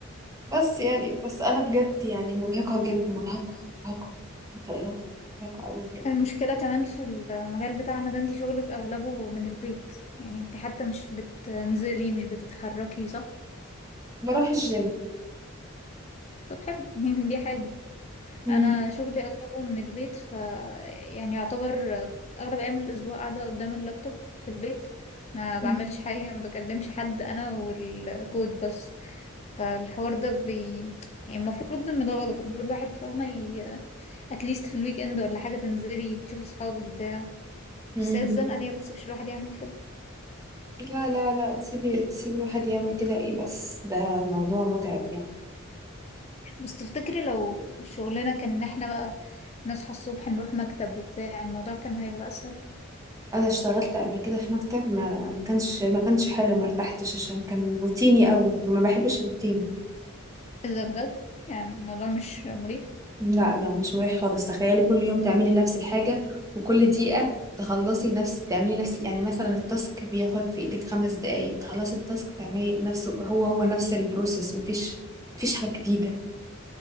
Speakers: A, on the right; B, on the left.
A: بس يعني بس انا بجد يعني مرهقة جدا مرهقة مرهقة عارفة ايه رأيك؟ مرهقة اوي بجد
B: المشكلة كمان في المجال بتاعنا ده انت شغلك اغلبه من البيت يعني انت حتى مش بتنزلي مش بتتحركي صح
A: بروح الجيم
B: طب حلو <laughs> يعني دي حاجة
A: مم.
B: انا شغلي اغلبه من البيت ف يعني يعتبر اغلب ايام الاسبوع قاعدة قدام اللابتوب في البيت ما بعملش
A: مم.
B: حاجة ما بكلمش حد انا والكود بس فالحوار ده بي يعني المفروض ان ده غلط المفروض الواحد فاهمة ي... اتليست في الويك اند ولا حاجة تنزلي تشوفي صحابك بتاع
A: مم.
B: بس هي الزنقة دي ما بتسيبش الواحد يعمل كده
A: لا لا لا تسيبي تسيبي الواحد يعمل كده ايه بس ده موضوع متعب يعني
B: بس تفتكري لو شغلنا كان ان احنا بقى نصحى الصبح نروح مكتب وبتاع الموضوع كان هيبقى اسهل
A: انا اشتغلت قبل كده في مكتب ما ما كانش ما كانش حلو ما ارتحتش عشان كان روتيني قوي ما بحبش الروتين
B: اذا بجد يعني الموضوع مش مريح
A: لا لا مش مريح خالص تخيلي كل يوم تعملي نفس الحاجة وكل دقيقة تخلصي نفس تعملي نفس يعني مثلا التاسك بياخد في ايدك خمس دقايق تخلصي التاسك تعملي نفسه هو هو نفس البروسيس مفيش مفيش حاجة جديدة